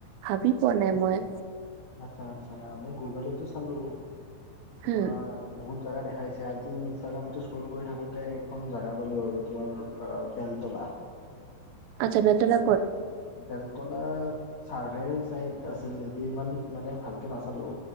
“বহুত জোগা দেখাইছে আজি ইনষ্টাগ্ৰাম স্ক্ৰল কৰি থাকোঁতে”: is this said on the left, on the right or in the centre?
Left